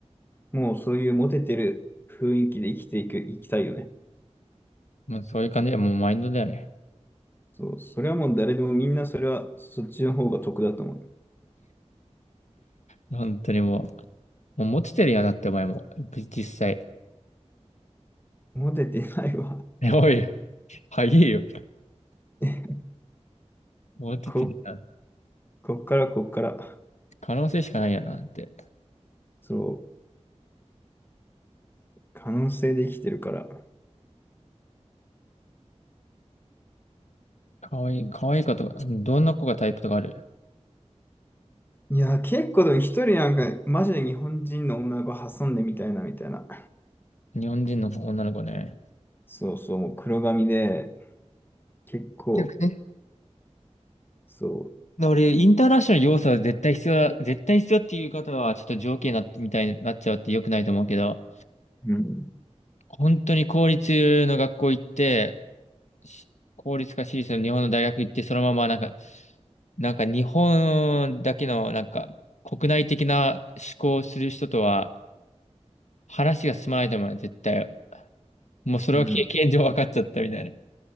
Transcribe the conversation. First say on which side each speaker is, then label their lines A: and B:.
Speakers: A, on the left; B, on the left.
A: もうそういうモテてる雰囲気で生きていく、生きたいよね。
B: もうそういう感じで、もうマインドだよね。
A: そう、それはもう誰でもみんなそれはそっちの方が得だと思うよ。
B: 本当にもう、もうモテてるやなってお前も、び実際。
A: モテてないわ。
B: <laughs> えおい、はいいよ。
A: <laughs>
B: モテてるやん。
A: こ、こっからこっから。
B: 可能性しかないやなって。
A: そう、可能性で生きてるから。
B: 可愛い、可愛い子とか、どんな子がタイプとかある
A: いや、結構でも一人なんか、マジで日本人の女の子挟んでみたいな、みたいな。
B: 日本人の女の子ね。
A: そうそう、もう黒髪で、結構、
B: 結局ね。
A: そ
B: だ俺、インターナショナル要素は絶対必要だ、絶対必要っていう方は、ちょっと条件になってみたいになっちゃうって良くないと思うけど、
A: う、うん、
B: 本当に公立の学校行って、し公立か私立の日本の大学行って、そのままなんか、なんか日本だけのなんか国内的な思考をする人とは話が進まないと思うよ、絶対。もうそれは経験上分かっちゃったみたいな。
A: うん、